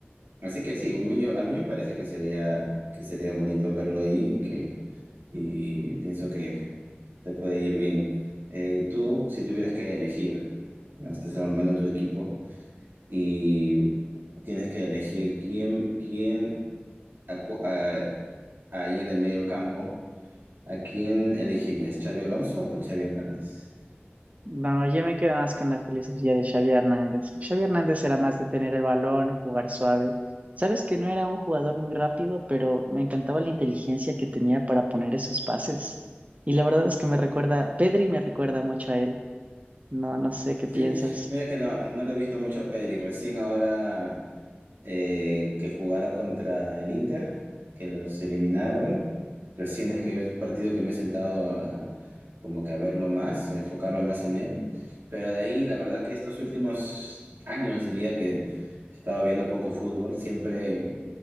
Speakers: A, on the right (about 60°); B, on the right (about 35°).
A: Así que sí, un- yo- a mí me parece que sería, que sería bonito verlo ahí y que y pienso que te puede ir bien. Eh, tú, si tuvieras que elegir, ¿no? estás armando tu equipo y tienes que elegir quién, quién a cu- a- ahí en el medio del campo, ¿a quién elegirías? ¿Xavi Alonso o Xavi Hernández?
B: No, yo me quedo más con la filosofía de Xavi Hernández. Xavi Hernández era más de tener el balón, jugar suave. Sabes que no era un jugador muy rápido, pero me encantaba la inteligencia que tenía para poner esos pases. Y la verdad es que me recuerda, Pedri me recuerda mucho a él. No, no sé qué
A: Sí,
B: piensas.
A: mira que no, no le he visto mucho a Pedri, recién ahora eh, que jugaron contra el Inter, que los eliminaron. Recién es que es un partido que me he sentado a, como que a verlo más, a enfocarme más en él. Pero de ahí, la verdad que estos últimos años diría que he estado viendo poco fútbol. Siempre